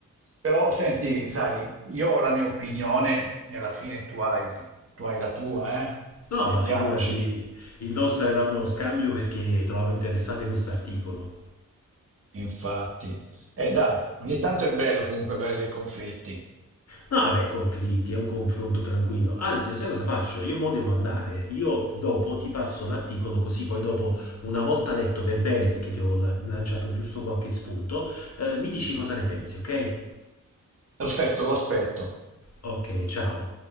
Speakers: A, on the right (about 45°); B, on the left (about 50°).
A: Però senti, sai, io ho la mia opinione e alla fine tu hai, tu hai la tua, eh?
B: No,
A: Intendiamoci,
B: ma figurati, il nostro era uno scambio perché trovavo interessante questo articolo.
A: infatti. E dai, ogni tanto è bello comunque avere dei conflitti.
B: No, vabbè, conflitti, è un confronto tranquillo. Anzi, lo sai cosa faccio? Io mo devo andare. Io dopo ti passo l'articolo così poi dopo, una volta letto per bene, perché ti ho la- lanciato giusto qualche spunto, eh, mi dici cosa ne pensi, ok?
A: Perfetto, lo aspetto.
B: Ok, ciao.